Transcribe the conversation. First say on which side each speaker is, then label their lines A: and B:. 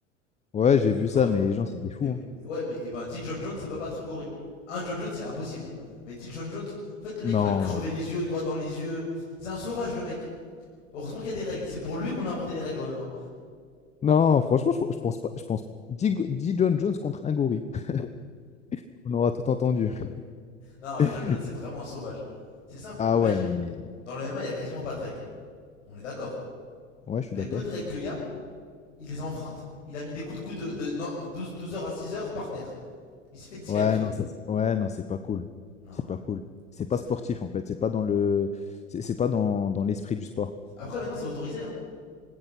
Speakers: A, on the left; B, on the left.
A: Ouais, j'ai
B: <laughs>
A: vu ça,
B: ouais.
A: mais les gens, c'est des fous.
B: Et,
A: hein.
B: ouais, mais et ben 10 John Jones, ça peut battre un gorille. Un John Jones, c'est impossible. hein. Mais 10 John Jones, en fait le
A: Non.
B: mec il va lui crever les yeux, doigts dans les yeux. C'est un sauvage le mec. Heureusement qu'il y a des règles, c'est pour lui qu'on a inventé les règles au MMA.
A: Non, franchement, je, je pense pas. Je pense pas. Dis, go- dis John Jones contre un gorille. <laughs> On aura tout entendu.
B: Non,
A: <laughs>
B: John Jones c'est vraiment un sauvage. C'est simple,
A: Ah
B: imagine.
A: ouais, non, mais.
B: Dans le MMA, il y a quasiment pas de règles. On est d'accord.
A: Ouais, je suis
B: Les
A: d'accord.
B: peu de règles qu'il y a, Il les a enfreintes. Il a mis des coups de coude de, de- de 12, 12 heures à 6 heures par terre. Il s'est fait disqualifier.
A: Ouais, non, ça, c'est- ouais, non, c'est pas cool.
B: Non,
A: C'est pas cool. C'est
B: c'est
A: pas sportif,
B: trop.
A: en fait. C'est pas dans le. C'est c'est pas dans, dans l'esprit du sport.
B: Après, maintenant, c'est autorisé. Hein.